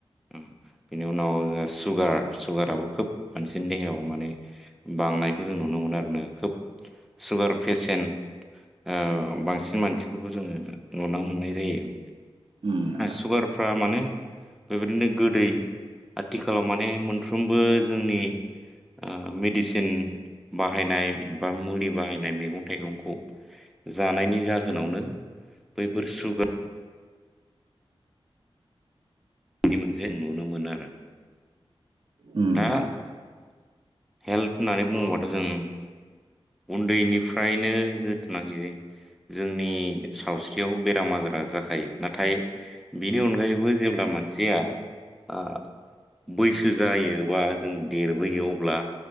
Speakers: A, in the centre; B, on the right.
A: बिनि उनाव जों सुगार सुगाराबो खोब मोनानसिनि देहायाव माने बांनायखौ। जों नुनो मोनो आरोना खोब सुगार प्रेसेट ओ बांसिन मानसिफोरखौ जों नुनो मोननाय जायो
B: उम नोंथां
A: सुगारफ्रा माने बेबायदिनो गोदै आथिखालाव माने मोनफ्रोमबो जोंनि ओ मेडिसिन बाहायनाय बा मुलि बाहायनाय मैगं थाइगंखौ जानायनि जाहोनावनो बैफोर सुगा बिदि मोनसे नुनो मोनो आरो
B: उम
A: दा
B: नोंथां
A: हेल्थ होननानै बुङोबाथ' जों उन्दैनिफ्रायनो जोथोन नागिरो जोंनि सावस्रियाव बेराम आजारा जाखायो नाथाय बिनि अनगायैबो जेब्ला मानसिया ओ बैसो जायो बा जों देरबोयो अब्ला